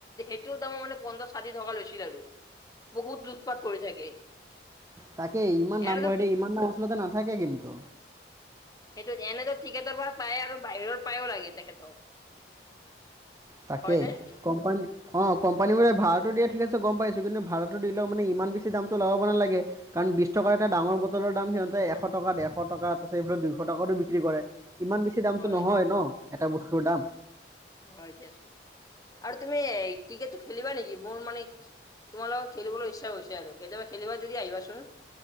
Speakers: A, on the left; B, on the right.
A: সেইটোৰ দামৰ মানে পঞ্চাশ ষাঠি টকা লৈছিল আৰু বহুত লুটপাত কৰি থাকে
B: তাকে ইমান দাম
A: এনেতো
B: বঢ়াই দিয়ে ইমান দাম আচলতে নাথাকে কিন্তু
A: সেইটো দি এনেতো টিকেটৰ পৰা পায়ে আৰু বাহিৰৰ পায়ো লাগে তেখেত
B: তাকেই
A: হয়নে
B: কোম্পানী অ কোম্পানীবোৰে ভাড়াটো দিয়ে ঠিক আছে গম পাইছোঁ কিন্তু ভাড়াটো দিলেও মানে ইমান বেছি দামটো লগাব নালাগে কাৰণ বিশ টকাৰ এটা ডাঙৰ বটলৰ দাম সিহঁতে এশ টকা ডেৰশ টকা তাৰপাছত এইবোৰত দুশ টকাটো বিক্ৰী কৰে ইমান বেছি দামটো
A: হয়
B: নহয় ন এটা বস্তুৰ দাম
A: হয় দিয়াচোন আৰু তুমি ক্ৰিকেটটো খেলিবা নেকি মোৰ মানে তোমাৰ লগত খেলিবলৈ ইচ্ছা গৈছে আৰু কেতিয়াবা খেলিবা যদি আহিবাচোন